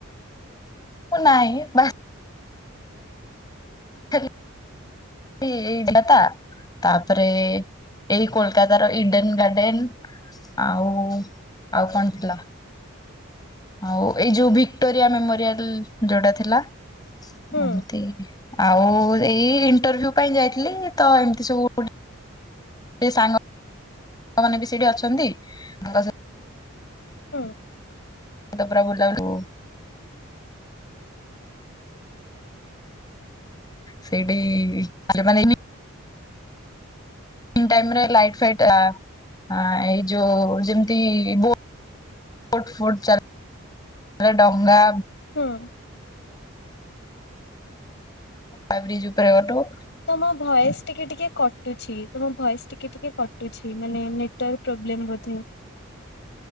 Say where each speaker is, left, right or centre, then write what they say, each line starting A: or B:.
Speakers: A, on the left (about 20°); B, on the left (about 55°).
A: ମୁଁ ନାଇଁ ବା <inaudible> ଏଇତା <inaudible> ତାପରେ ଏଇ କୋଲକାତାର ଇଡେନ ଗାର୍ଡେନ। ଆଉ ଆଉ କଣ ଥିଲା। ଆଉ ଏଇ ଯୋଉ ଭିକ୍ଟୋରିଆ ମେମୋରିଆଲ ଯୋଉଟା ଥିଲା।
B: ହୁଁ
A: ଏମତି ଆଉ ଏଇ ଇଣ୍ଟରଭ୍ୟୁ ପାଇଁ ଯାଇଥିଲି ତ ଏମିତି ସବୁ ଗୋଟେ ଗୋଟେ ସାଙ୍ଗ ସାଙ୍ଗ ମାନେବି ସେଇଠି ଅଛନ୍ତି, ତାଙ୍କ ସହି
B: ହୁଁ।
A: ତାପରେ ଆଉ ବୁଲାବୁଲି ସେଇଠି ପିଲେମାନେ ବି ଟାଇମରେ ଲାଇଟ ଫାଇଟ ଆ ଏଇ ଯୋଉ ଯେମିତିବୋ ବୋଟ ଫୋଟ ଚାଲେ ଡଙ୍ଗା
B: ହଁ।
A: ବ୍ରିଜ୍ ଉପରେଠୁ
B: ତମ ଭଏସ ଟିକେ ଟିକେ କଟୁଛି, ତମ ଭଏସ ଟିକେ ଟିକେ କଟ କଟୁଛିମାନେ ନେଟୱାର୍କ ପ୍ରୋବ୍ଲେମ ବଧେ।